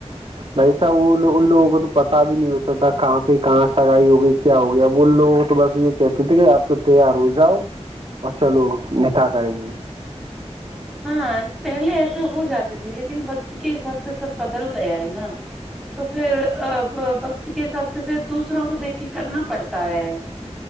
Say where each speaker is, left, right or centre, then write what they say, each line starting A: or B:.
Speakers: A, on the right; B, in the centre.
A: بائیسا وہ ان لوگوں کو تو پتا بھی نہیں ہوتا تھا کہاں پہ کہاں سگائی ہو گئی کیا ہوگئی اب ان لوگوں کو تو بس یہ کہتے تھے کہ آپ تو تیار ہو جاؤ اور چلو نکاح کریں گے
B: ہاں پہلے ایسے ہو جاتے تھے لیکن وقت کے حساب سے سب بدل گیا ہے نا تو پھر وقت کے حساب سے پھر دوسروں کو دیکھ کے کرنا پڑتا ہے